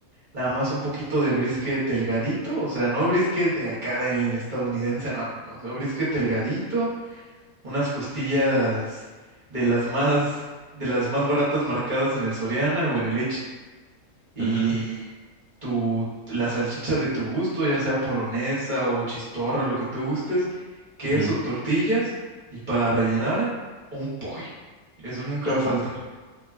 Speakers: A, on the right (about 40°); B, on the left (about 55°).
A: nada más un poquito de brisket delgadito, o sea, no brisket de acá del estadounidense, no, no, no, o sea, brisket delgadito, unas costillas de las más, de las más baratas marcadas en el Soriana o en el H-E-B
B: ujú,
A: tu, la salchicha de tu gusto, ya sea polonesa o chistorra, lo que tú gustes, queso,
B: ujú.
A: tortillas y para rellenar un pollo. Eso nunca
B: <laughs>
A: va a faltar.